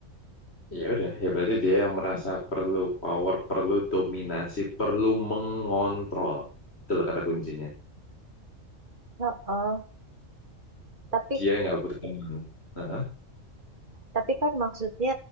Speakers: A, on the left (about 55°); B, on the right (about 40°).
A: Ya udah, ya berarti dia yang merasa perlu power, perlu dominasi, perlu mengontrol. Itu loh kata kuncinya.
B: Heeh. Tapi
A: Dia nggak butuh teman. Nah,
B: tapi kan maksudnya